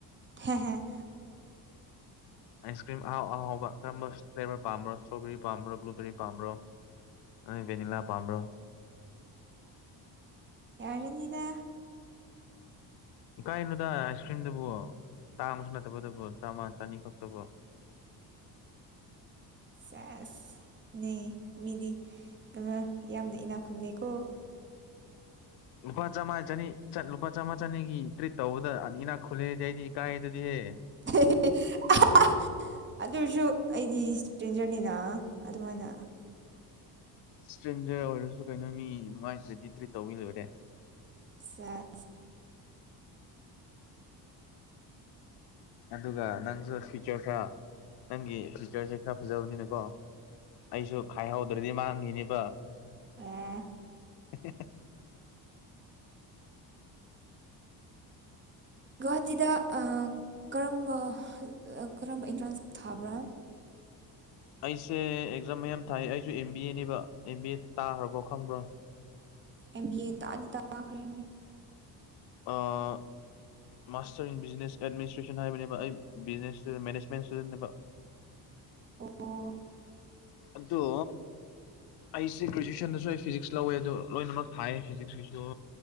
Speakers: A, on the right; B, on the left.
A: ꯍꯦ ꯍꯦ
B: ꯑꯥꯏꯁ ꯀ꯭ꯔꯤꯝ ꯑꯍꯥꯎ ꯑꯍꯥꯎꯕ ꯀꯔꯝꯕ ꯐ꯭ꯂꯦꯚꯔ ꯄꯥꯝꯕ꯭ꯔꯣ ꯁꯇ꯭ꯔꯣꯕꯦꯔꯤ ꯄꯥꯝꯕ꯭ꯔꯣ ꯕ꯭ꯂꯨꯕꯦꯔꯤ ꯄꯥꯝꯕ꯭ꯔꯣ? ꯅꯪꯗꯤ ꯚꯦꯅꯤꯂꯥ ꯄꯥꯝꯕ꯭ꯔꯣ?
A: ꯌꯥꯔꯅꯤꯗꯥ
B: ꯏꯀꯥꯏꯅꯨꯗ ꯑꯥꯏꯁ ꯀ꯭ꯔꯤꯝꯗꯕꯣ ꯇꯥꯡꯕꯁꯨ ꯅꯠꯇꯕꯗꯨꯕꯨ ꯆꯥꯝꯃ ꯆꯅꯤ ꯈꯛꯇꯕꯨ
A: ꯁꯦꯁ ꯅꯤ ꯃꯤꯗꯤ <unintelligible> ꯌꯥꯝꯅ ꯏꯅꯛ ꯈꯨꯜꯂꯦꯀꯣ
B: ꯂꯨꯄꯥ ꯆꯥꯝꯃꯥ ꯆꯅꯤ ꯆꯠ ꯂꯨꯄꯥ ꯆꯥꯝꯃ ꯆꯅꯤꯒꯤ ꯇ꯭ꯔꯤꯠ ꯇꯧꯕꯗ ꯏꯅꯥꯛ ꯈꯨꯜꯂꯦꯗꯤ ꯑꯩꯗꯤ ꯏꯀꯥꯏꯗꯨꯗꯤꯍꯦ
A: ꯍꯦ ꯍꯦ ꯑ ꯑꯗꯨꯏꯖꯨ ꯑꯩꯗꯤ ꯁꯇ꯭ꯔꯦꯟꯖꯔꯅꯤꯅꯥ ꯑꯗꯨꯃꯥꯏꯅ
B: ꯁꯇ꯭ꯔꯦꯟꯖꯔ ꯑꯣꯏꯔꯖꯨ ꯀꯩꯅꯣ ꯃꯤ ꯅꯨꯡꯉꯥꯏꯇ꯭ꯔꯗꯤ ꯇ꯭ꯔꯤꯠ ꯇꯧꯕꯤ ꯂꯣꯏꯔꯦ
A: ꯁꯦꯁ
B: ꯑꯗꯨꯒ ꯅꯪꯖꯨ ꯐ꯭ꯌꯨꯆꯔ ꯈꯔꯥ ꯅꯪꯒꯤ ꯐ꯭ꯌꯨꯆꯔꯁꯦ ꯈꯔ ꯐꯖꯕꯅꯤꯅꯀꯣ ꯑꯩꯁꯨ ꯈꯥꯏꯍꯧꯗ꯭ꯔꯗꯤ ꯃꯥꯡꯈꯤꯅꯤꯕ
A: ꯑꯦ
B: <unintelligible>
A: ꯒꯧꯍꯥꯇꯤꯗ ꯑꯥ ꯀꯔꯝꯕ ꯀꯔꯝꯕ ꯑꯦꯟꯇ꯭ꯔꯥꯟꯁ ꯊꯥꯕ꯭ꯔꯥ
B: ꯑꯩꯁꯦ ꯑꯦꯛꯖꯥꯝ ꯃꯌꯥꯝ ꯊꯥꯏ ꯑꯩꯁꯨ ꯑꯦꯝ ꯕꯤ ꯑꯦꯅꯦꯕ ꯑꯦꯝ ꯕꯤ ꯑꯦ ꯇꯥꯈ꯭ꯔꯕꯣ ꯈꯪꯕ꯭ꯔꯣ
A: ꯑꯦꯝ ꯕꯤ ꯑꯦ ꯇꯥꯗꯤ ꯇꯥꯈ꯭ꯔꯦ ꯍꯣꯏ
B: ꯑꯥ ꯃꯥꯁꯇꯔ ꯏꯟ ꯕꯤꯖꯤꯅꯦꯁ ꯑꯦꯗꯃꯤꯅꯤꯁꯇ꯭ꯔꯦꯁꯟ ꯍꯥꯏꯕꯅꯦꯕ ꯑꯩ ꯕꯤꯖꯤꯅꯦꯁ ꯃꯦꯅꯦꯖꯃꯦꯟ ꯁ꯭ꯇꯨꯗꯦꯟꯅꯦꯕ
A: ꯑꯣ
B: ꯑꯗꯣ ꯑꯩꯁꯦ ꯒ꯭ꯔꯦꯖꯨꯋꯦꯁꯟꯗꯁꯨ ꯑꯩ ꯐꯤꯖꯤꯛꯁ ꯂꯧꯋꯦ ꯑꯗꯣ ꯂꯣꯏꯅꯃꯛ ꯊꯥꯏꯑꯦ ꯐꯤꯖꯤꯛꯁꯀꯤꯁꯨ